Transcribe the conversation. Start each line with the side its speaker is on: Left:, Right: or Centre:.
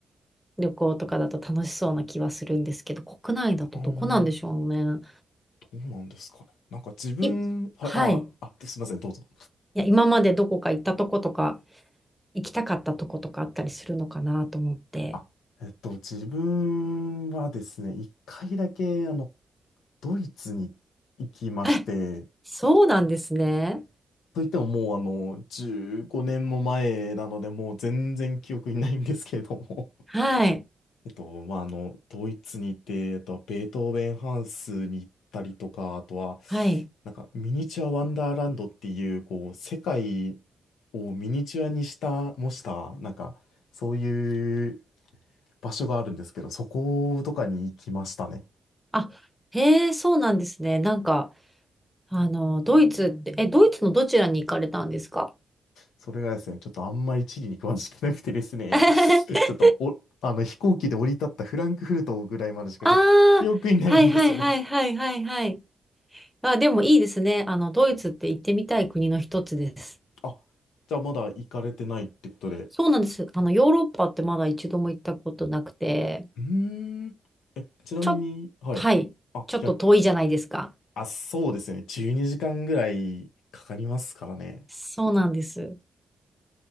Centre: 旅行とかだと楽しそうな気はするんですけど、国内だとどこなんでしょうね。
Left: あの、どうなんですかね。なんか自分、
Centre: い、
Left: はい、
Centre: はい。い
Left: あ、あ、すいません、どうぞ。
Centre: や、今までどこか行ったとことか行きたかったとことかあったりするのかなと思って。
Left: あ、えっと、自分はですね、一回だけ、あの、ドイツに行きまして、
Centre: え、そうなんですね。
Left: といってももうあの、15年も前なので、もう全然記憶にないんですけれども
Centre: はい。
Left: <laughs> えっと、まあ、あの、ドイツに行って、えっとベートーベンハウスに行ったりとか、あとは、
Centre: はい。
Left: なんかミニチュアワンダーランドっていう、こう、世界をミニチュアにした、模した、なんか、そういう場所があるんですけど、そことかに行きましたね。
Centre: あ、へえ、そうなんですね。なんか、あの、ドイツって、え、ドイツのどちらに行かれたんですか
Left: それがですね、ちょっとあんまり地理に詳しくなくてですね、
Centre: <laughs> あ
Left: <laughs> ちょっとお、あの飛行機で降り立ったフランクフルトぐらいまでしかちょっと記憶にないんですよね。
Centre: あ、はいはいはいはいはいはい。あ、でもいいですね。あの、ドイツって行ってみたい国の一つです。
Left: あ、じゃあまだ行かれてないってことで。
Centre: そうなんです。あの、ヨーロッパってまだ一度も行ったことなくて、
Left: うーん。え、ちなみに、
Centre: ちょ、
Left: はい。
Centre: はい。
Left: あ、
Centre: ちょっと遠いじゃないですか。
Left: 逆、あ、そうですね。12時間ぐらいかかりますからね。
Centre: そうなんです。